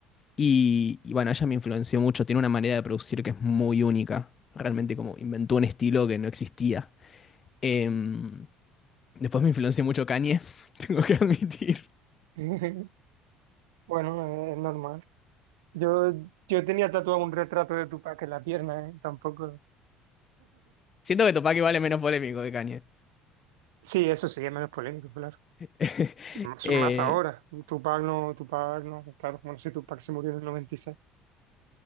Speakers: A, on the left; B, on the right.
A: Y, y bueno, ella me influenció mucho, tiene una manera de producir que es muy única, realmente como inventó un estilo que no existía. Em, después me influenció mucho Kanye, <laughs> tengo que admitir.
B: <laughs> Bueno, eh, es normal. Yo, yo tenía tatuado un retrato de Tupac en la pierna, ¿eh? Tampoco...
A: Siento que Tupac igual es menos polémico que Kanye.
B: Sí, eso sí, es menos polémico, claro.
A: <laughs>
B: Más,
A: Eh,
B: más ahora. Tupac no, Tupac no, claro. Bueno, sí, Tupac se murió en el noventa y seis